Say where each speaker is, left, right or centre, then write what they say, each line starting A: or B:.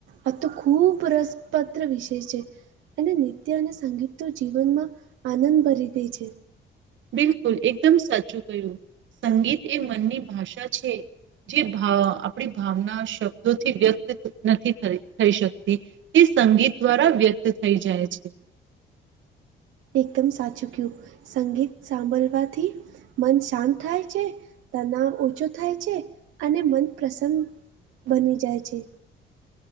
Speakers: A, on the right (about 85°); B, on the right (about 70°).
A: આ તો ખૂબ રસપત્ર વિષય છે અને નૃત્ય અને સંગીત તો જીવનમાં આનંદ ભરી દે છે.
B: બિલકુલ એકદમ સાચું ક્યું સંગીત એ મનની ભાષા છે. જે ભ આપણી ભાવના શબ્દોથી વ્યક્ત નથી થ થઈ શકતી. તે સંગીત દ્વારા વ્યક્ત થઈ જાય છે.
A: એકદમ સાચું કયું સંગીત સાંભળવાથી મન શાંત થાય છે તનાાવ ઓછો થાય છે અને મન પ્રસન્ન બની જાય છે.